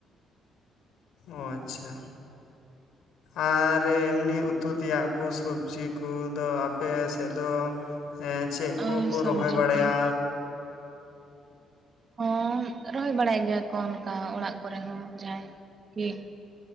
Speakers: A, on the left; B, on the right.
A: ᱚ ᱟᱪᱪᱷᱟ, ᱟᱨ ᱮᱢᱱᱤ ᱩᱛᱩ ᱛᱮᱭᱟᱜ ᱠᱩ ᱥᱚᱵᱽᱡᱤ ᱠᱚ ᱠᱩ ᱫᱚ ᱟᱯᱮ ᱥᱮᱫ ᱫᱚ ᱮᱸ ᱪᱮᱫ
B: ᱟᱨ
A: ᱠᱩᱠᱩ
B: ᱥᱚᱵᱽᱡᱤ
A: ᱨᱚᱦᱚᱭ ᱵᱟᱲᱟᱭᱟ?
B: ᱠᱚᱫᱚ ᱦᱚᱸ ᱨᱚᱦᱚᱭ ᱵᱟᱲᱟᱭ ᱜᱮᱭᱟ ᱠᱚ ᱚᱱᱠᱟ ᱚᱲᱟᱜ ᱠᱚᱨᱮ ᱦᱚᱸ ᱡᱟᱦᱟᱸᱭ ᱠᱤ ᱾